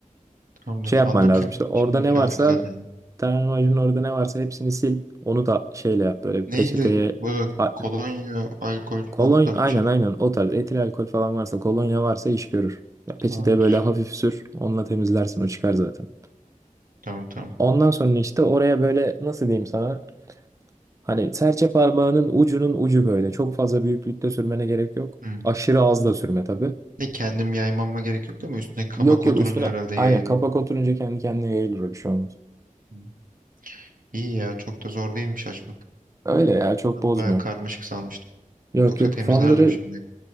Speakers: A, on the right; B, on the right.
A: Tamamdır.
B: Şey yapman
A: Fanları
B: lazım
A: temizledim.
B: işte. Orada
A: Şimdi
B: ne
A: kafi
B: varsa
A: zaten.
B: termometrinin orada ne varsa hepsini sil. Onu da şeyle yap böyle bir
A: Neyle?
B: peçeteye
A: Böyle
B: a-
A: kolonya, alkol
B: kolon
A: falan o tarz
B: aynen
A: bir şey mi?
B: aynen o tarz etil alkol falan varsa kolonya varsa iş görür. Ya peçeteye
A: Tamamdır.
B: böyle hafif sür. Onunla temizlersin o çıkar zaten.
A: Tamam tamam.
B: Ondan sonra işte oraya böyle nasıl diyeyim sana hani serçe parmağının ucunun ucu böyle çok fazla büyüklükte sürmene gerek yok.
A: Hmm.
B: Aşırı az da sürme tabii.
A: Ne kendim yaymama gerek yok değil mi? Üstüne kabak
B: Yok yok
A: oturunca
B: üstüne
A: herhalde
B: aynen
A: yayılır.
B: kapak oturunca kendi kendine yayılır o bir şey olmaz.
A: Hmm. İyi ya çok da zor değilmiş açmak.
B: Öyle ya çok
A: Ben
B: bozmuyor.
A: bayağı karmaşık sanmıştım.
B: Yok
A: Yoksa
B: yok
A: temizlerdim
B: fanları
A: şimdi.